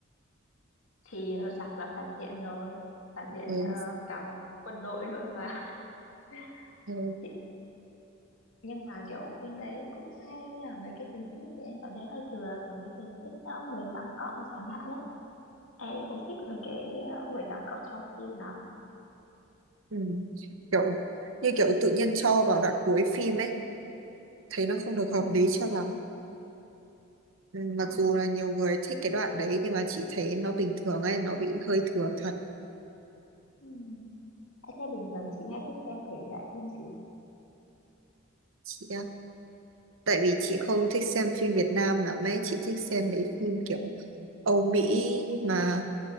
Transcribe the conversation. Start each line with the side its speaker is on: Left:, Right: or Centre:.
Left: thì ờ, giặc là phản diện rồi phản diện
Right: Ừ,
Left: ờ, cả một quân đội luôn mà <laughs>
Right: ừ.
Left: chị nhưng mà kiểu phim đấy cũng hay nhưng mà mấy cái tình tiết thì em cảm thấy hơi thừa kiểu mấy tình tiết đó mười tám cộng chẳng hạn đấy em không thích mấy cái ờ, 18 cộng trong phim lắm
Right: ừ. kiểu như kiểu tự nhiên cho vào đoạn cuối phim ấy thấy nó không được
Left: ừ.
Right: hợp lý cho lắm ừ. mặc
Left: Ờ.
Right: dù là nhiều người thích cái đoạn đấy nhưng mà chị thấy nó bình thường ấy nó bị hơi thừa thật
Left: Ừ. Em thấy bình thường chị hay thích xem thể loại phim gì
Right: chị ạ. tại vì chị không thích xem phim Việt Nam lắm ấy chị thích xem mấy phim kiểu Âu Mỹ mà